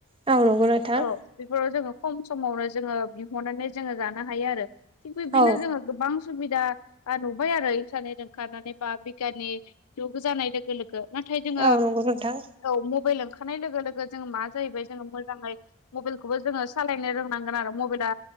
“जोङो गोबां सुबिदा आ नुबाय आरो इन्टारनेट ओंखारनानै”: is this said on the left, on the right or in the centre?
Left